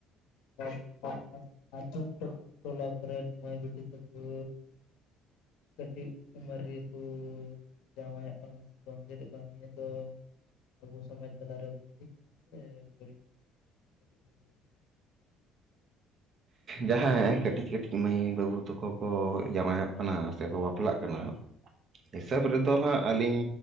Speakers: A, on the left; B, on the right.
A: <unintelligible> ᱟᱨ ᱴᱩᱠ-ᱴᱟᱠ ᱴᱚᱞᱟ ᱠᱚᱨᱮᱱ ᱢᱟᱹᱭ ᱵᱤᱴᱤ ᱛᱟᱠᱩ᱾ ᱠᱟᱹᱴᱤᱡ ᱩᱢᱮᱹᱨ ᱨᱮᱜᱮᱠᱚᱻ ᱡᱟᱶᱟᱭᱚᱜ ᱠᱟᱱᱟ ᱥᱮ ᱟᱺᱜᱤᱨᱚᱜ ᱠᱟᱱᱟ, ᱱᱤᱭᱟᱹ ᱫᱚ ᱟᱵᱚ ᱥᱚᱢᱟᱡᱽ ᱛᱟᱞᱟᱨᱮ ᱵᱷᱟᱹᱜᱤ ᱥᱮ ᱵᱟᱹᱲᱤᱡ ᱠᱟᱹᱴᱤᱡ ᱵᱮᱱ ᱞᱟᱹᱭ ᱞᱮᱠᱷᱟᱡ᱾
B: ᱡᱟᱦᱟᱸᱭ ᱠᱟᱹᱴᱤᱡ ᱠᱟᱹᱴᱤᱡ ᱢᱟᱹᱭ ᱵᱟᱹᱵᱩ ᱛᱟᱠᱚ ᱠᱚ ᱡᱟᱶᱟᱭᱚᱜ ᱠᱟᱱᱟ ᱥᱮᱠᱚ ᱵᱟᱯᱞᱟᱜ ᱠᱟᱱᱟ᱾
A: <inaudible>
B: ᱦᱤᱥᱟᱹᱵ ᱨᱮᱫᱚ ᱦᱟᱸᱜ ᱟᱹᱞᱤᱧ